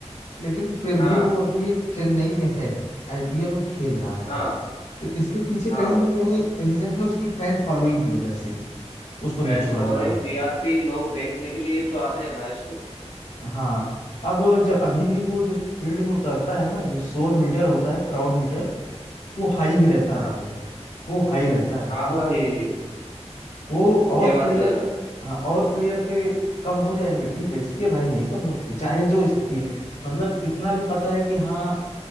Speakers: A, on the left (about 75°); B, on the left (about 60°).
A: लेकिन फिर
B: हाँ
A: भी वो अभी चेन्नई में है आईपीएल वो खेल रहा है
B: हाँ
A: तो इसके पीछे
B: हाँ
A: कहीं
B: भाई
A: ना कहीं रीजन है उसकी फैन फॉलोइंग की वजह से उसको
B: फैंस
A: नहीं छोड़ा
B: फॉलोइंग
A: जा रहा
B: टीआरपी लोग देखने के लिए तो आते हैं भाई उसको
A: हाँ अब जब अभी भी वो जब फील्ड में उतरता है ना जो शोर मीटर होता है क्राउड मीटर वो हाई ही रहता
B: हाँ
A: है भाई वो हाई रहता है
B: हाँ भाई
A: वो और
B: ये बात
A: प्लेयर
B: तो है भाई
A: हाँ और प्लेयर के कम हो जाएंगे ठीक है इसके भाई नहीं कम होते चाहे जो स्थिति है मतलब इतना भी पता है कि हाँ